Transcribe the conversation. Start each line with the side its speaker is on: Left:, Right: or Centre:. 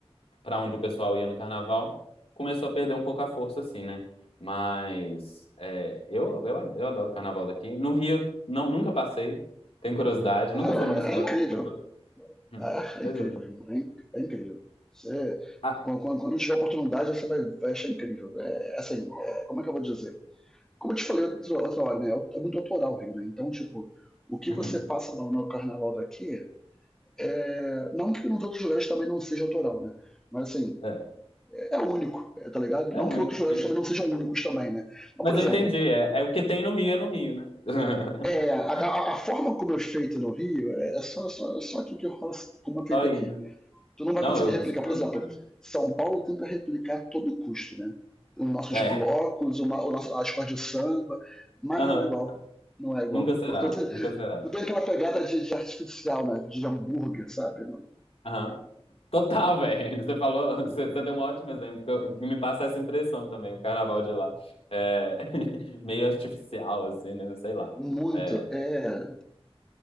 Left: para onde o pessoal ia no carnaval, começou a perder um pouco a força, assim, né? Mas é, eu, eu, ad- eu adoro o carnaval daqui. No Rio, não, nunca passei, tenho curiosidade,
Centre: Ah,
Left: nunca fui numa escola
Centre: é, é incrível.
Left: de samba. Hum,
Centre: Ah, é
Left: Pois
Centre: incrível,
Left: é.
Centre: irmão. É, inc- é incrível. Você,
Left: Ah,
Centre: quando, quando- quando tiver oportunidade, você vai, vai achar incrível. É, é assim, é, como é que eu vou dizer? Como eu te falei outra, outra hora, né? É é muito autoral o Rio, né? Então, tipo, o que
Left: uhum,
Centre: você passa no, no carnaval daqui é. Não que nos outros lugares também não seja autoral, né? Mas assim,
Left: é,
Centre: é único, é, tá ligado?
Left: é
Centre: Não
Left: o único
Centre: que outros
Left: que
Centre: lugares
Left: tem.
Centre: também não sejam únicos também, né? Mas,
Left: Mas
Centre: por exemplo,
Left: eu entendi, é, é o que tem no Rio, é no Rio, né? <laughs>
Centre: é, a, a- a forma como é feito no Rio é, é só, só, só aqui que rola, como é feito
Left: Só aí,
Centre: aqui.
Left: né?
Centre: tu não vai
Left: Não,
Centre: conseguir
Left: eu
Centre: replicar.
Left: super,
Centre: Por exemplo,
Left: super-
Centre: São Paulo tenta replicar a todo custo, né? Os nossos
Left: É.
Centre: blocos, o, nosso, as cores de samba, mas
Left: Aham.
Centre: não é igual. Não é igual.
Left: Nunca será,
Centre: Tu, tu,
Left: nunca será.
Centre: tu tem aquela pegada de, de, artificial, né? De hambúrguer, sabe?
Left: Aham. Total, velho. Você falou, você, você deu um ótimo exemplo que, eu- que me passa essa impressão também, o carnaval de lá. É, <laughs> meio artificial, assim, né? Sei lá.
Centre: Muito.
Left: É,
Centre: É.